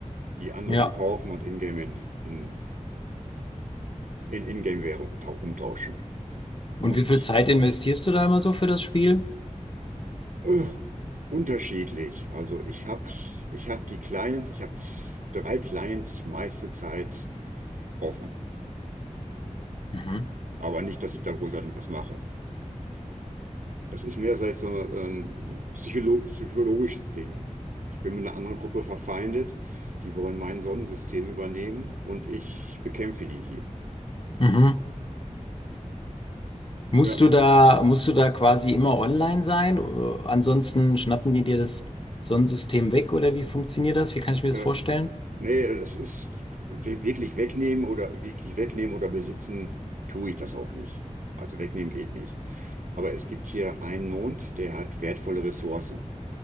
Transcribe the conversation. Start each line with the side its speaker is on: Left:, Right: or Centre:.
Right: die andere
Left: Ja.
Right: dann kaufen und in-game in, in, in In-Game-Währung umtauschen. Und
Left: Und wie viel Zeit investierst du da immer so für das Spiel?
Right: Äh, unterschiedlich. Also ich habe ich hab die Clients, ich habe drei Clients meiste Zeit offen.
Left: Mhm.
Right: Aber nicht, dass ich da großartig was mache. Das ist mehr so jetzt so ein psycholo psychologisches Ding. Ich bin mit einer anderen Gruppe verfeindet, die wollen mein Sonnensystem übernehmen und ich bekämpfe die hier.
Left: Mhm. Musst
Right: Ja.
Left: du da, musst du da quasi immer online sein? Oder ansonsten schnappen die dir das Sonnensystem weg oder wie funktioniert das? Wie kann ich mir
Right: äh,
Left: das vorstellen?
Right: Nee, das ist wirklich wegnehmen oder wirklich wegnehmen oder besitzen, tue ich das auch nicht. Also wegnehmen geht nicht. Aber es gibt hier einen Mond, der hat wertvolle Ressourcen.